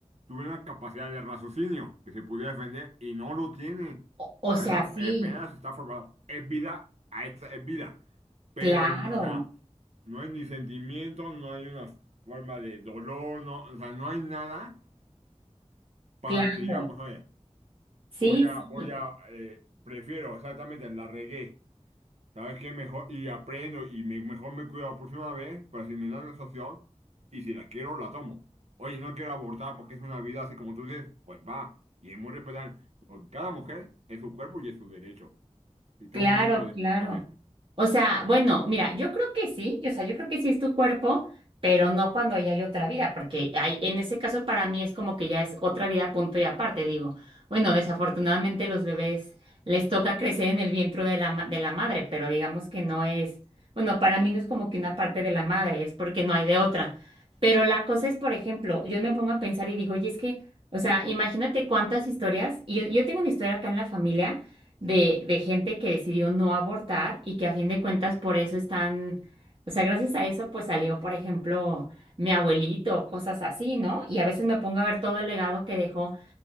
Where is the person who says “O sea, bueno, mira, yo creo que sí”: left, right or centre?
Right